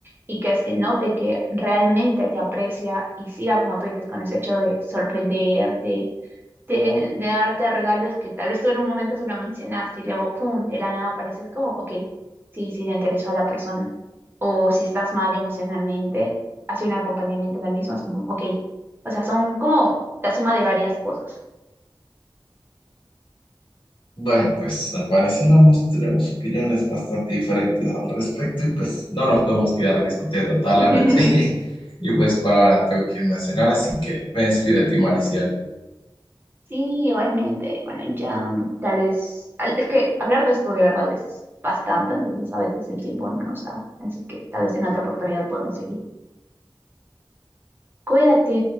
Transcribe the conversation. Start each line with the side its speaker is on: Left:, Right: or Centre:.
Right: y que se note que realmente te aprecia y siga, como tú dices, con ese hecho de sorprenderte, de, de darte regalos que tal vez tú en un momento se lo mencionaste y luego, pum, de la nada apareces como, ok, sí, sí, le interesó a la persona o si estás mal emocionalmente, hacer un acompañamiento en el mismo es como, ok, o sea, son como la suma de varias cosas.
Left: Bueno, pues al parecer ambos tenemos opiniones bastante diferentes al respecto y pues no nos podemos quedar discutiendo toda la
Right: <laughs>
Left: noche. <laughs> Y pues por ahora tengo que irme a cenar, así que me despido de ti, Mariciano.
Right: Sí, igualmente, bueno, ya mm, tal vez, al- es que hablar de esto de verdad es bastante, entonces a veces el tiempo no nos da, así que tal vez en otra oportunidad podemos seguir. Cuídate.